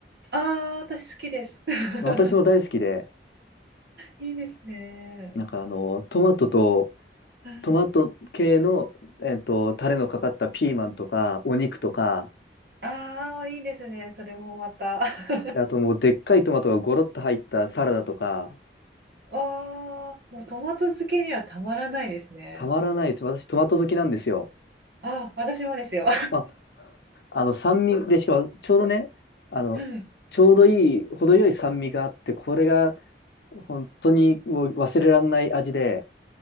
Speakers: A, on the right (about 70°); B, on the left (about 70°).
A: ああ、私好きです <laughs>。
B: 私も大好きで、
A: いいですね。
B: なんかあの、トマトと、
A: はい。
B: トマト系の、えっと、タレのかかったピーマンとか、お肉とか、
A: ああ、いいですね。それもまた <laughs>。
B: あともうでっかいトマトがゴロッと入ったサラダとか、
A: わあ、もうトマト漬けにはたまらないですね。
B: たまらないです。私トマト好きなんですよ。
A: あ、私もですよ
B: あ、あの酸味で、しかもちょうどね、あの、
A: <laughs>。うい
B: ちょうどいい、程よい酸味があって、これが本当にもう忘れられない味で、